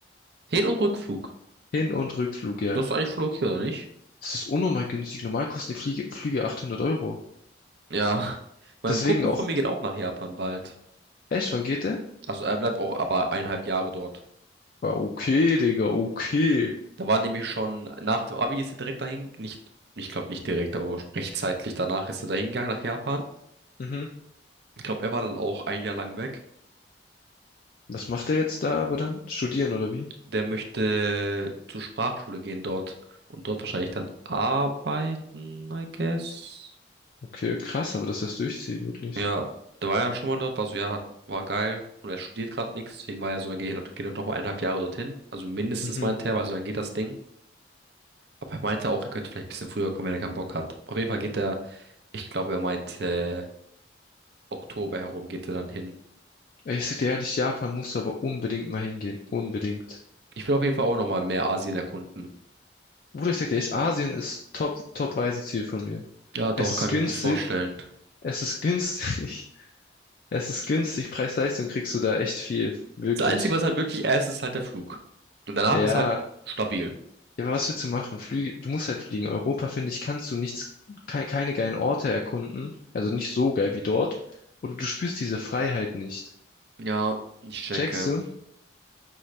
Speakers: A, on the right; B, on the left.
A: Hin- und Rückflug.
B: Hin- und Rückflug, ja.
A: Du hast eigentlich Flug hier, oder nicht?
B: Das ist unnormal günstig. Normal kosten die Fliege, Flüge 800 Euro.
A: Ja. <laughs> Mein
B: Deswegen
A: Kumpel
B: auch,
A: von mir geht auch nach Japan bald.
B: echt, wann geht der?
A: Also er bleibt auch aber eineinhalb Jahre dort.
B: Ja, okay, Digga, okay.
A: Da war nämlich schon, nach dem Abi ist er direkt dahin, nicht, ich glaube nicht direkt, aber rechtzeitig danach ist er dahin gegangen nach Japan.
B: Mhm.
A: Ich glaube, er war dann auch ein Jahr lang weg.
B: Was macht er jetzt da aber dann? Studieren oder wie?
A: der möchte zur Sprachschule gehen dort und dort wahrscheinlich dann arbeiten, I guess.
B: Okay, krass, aber dass das durchzieht, wirklich.
A: Ja, der war ja schon mal dort, war so, ja, hat, war geil. Und er studiert gerade nichts, deswegen war er so, dann geht er, geht er noch mal eineinhalb Jahre dorthin. Also mindestens
B: Mhm.
A: meinte er, weil so dann geht das Ding. Aber er meinte auch, er könnte vielleicht ein bisschen früher kommen, wenn er keinen Bock hat. Auf jeden Fall geht er, ich glaube, er meinte, Oktober herum geht er dann hin.
B: Ey, Ich sag dir ehrlich, Japan musst du aber unbedingt mal hingehen. Unbedingt.
A: Ich will auf jeden Fall auch nochmal mehr Asien erkunden.
B: Bruder, ich sag dir echt, Asien ist Top, Top-Reiseziel von mir.
A: Ja, doch,
B: Es ist
A: kann
B: günstig,
A: ich mir gut vorstellen.
B: es ist günstig, <laughs> es ist günstig, Preis-Leistung kriegst du da echt viel, wirklich.
A: Das Einzige, was halt wirklich erst ist, ist halt der Flug. Und danach
B: Ja,
A: ist halt stabil.
B: ja, aber was willst du machen? Flüge, du musst halt fliegen. Europa, finde ich, kannst du nichts, kei- keine geilen Orte erkunden, also nicht so geil wie dort, oder du spürst diese Freiheit nicht.
A: Ja, ich checke.
B: Checkst du?